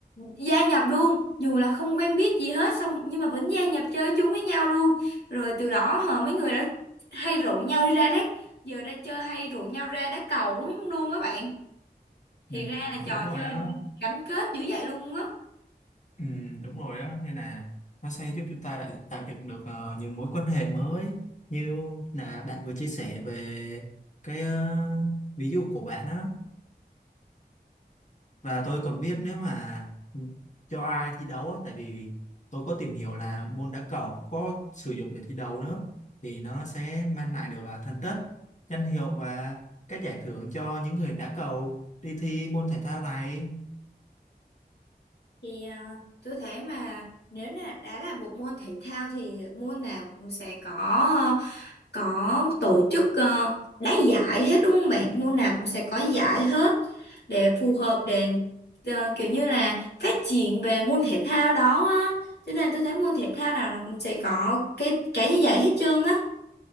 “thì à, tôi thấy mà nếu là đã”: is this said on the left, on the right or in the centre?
Left